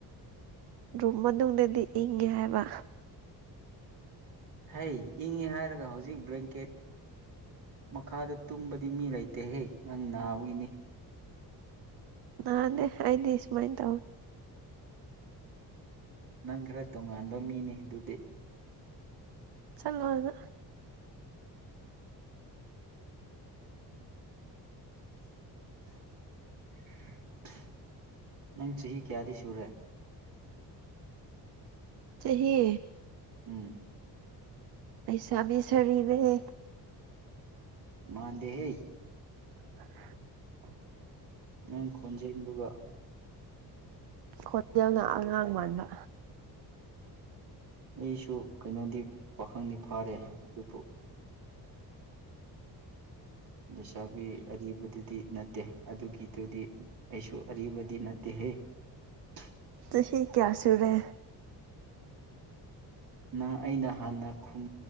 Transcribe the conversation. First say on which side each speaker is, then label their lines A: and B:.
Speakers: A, on the right; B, on the right.
A: ꯔꯨꯝ ꯃꯅꯨꯡꯗꯗꯤ ꯏꯪꯉꯦ ꯍꯥꯏꯕ꯫
B: ꯍꯩ ꯏꯪꯉꯤ ꯍꯥꯏꯔꯒ ꯍꯧꯖꯤꯛ ꯕ꯭ꯂꯦꯡꯀꯦꯠ꯫ ꯃꯈꯥꯗ ꯇꯨꯝꯕꯗꯤ ꯃꯤ ꯂꯩꯇꯦꯍꯦ ꯅꯪ ꯅꯥꯕꯒꯤꯅꯤ꯫
A: ꯅꯥꯟꯅꯦ ꯑꯩꯗꯤ ꯁꯨꯃꯥꯏꯅ ꯇꯧ
B: ꯅꯪ ꯈꯔ ꯇꯣꯉꯥꯟꯕ ꯃꯤꯅꯤ ꯑꯗꯨꯗꯤ꯫
A: ꯆꯠꯂꯣꯗ꯫
B: ꯍꯦꯍꯠ ꯅꯪ ꯆꯍꯤ ꯀꯌꯥꯗꯤ ꯁꯨꯔꯦ꯫
A: ꯆꯍꯤ
B: ꯎꯝ꯫
A: ꯂꯩꯁꯥꯕꯤ ꯁꯔꯤꯅꯦꯍꯦ꯫
B: ꯃꯥꯟꯗꯦ ꯍꯦ꯫
A: ꯍꯥꯍꯨꯠ
B: ꯅꯪ ꯈꯣꯟꯖꯦꯜ ꯑꯗꯨꯒ꯫
A: ꯈꯣꯟꯖꯦꯜꯅ ꯑꯉꯥꯡ ꯃꯥꯟꯕ
B: ꯑꯩꯁꯨ ꯀꯩꯅꯣꯗꯤ ꯄꯥꯈꯪꯗꯤ ꯐꯥꯔꯦ ꯑꯗꯨꯕꯨ꯫ ꯎꯝ꯫ ꯂꯩꯁꯥꯕꯤ ꯑꯔꯤꯕꯗꯨꯗꯤ ꯅꯠꯇꯦ ꯑꯗꯨꯒꯤꯗꯨꯗꯤ ꯑꯩꯁꯨ ꯑꯔꯤꯕꯗꯤ ꯅꯠꯇꯦꯍꯦ꯫ ꯇꯦꯛ
A: ꯆꯍꯤ ꯀꯌꯥ ꯁꯨꯔꯦ
B: ꯅꯪ ꯑꯩꯅ ꯍꯥꯟꯅ ꯈꯨꯝ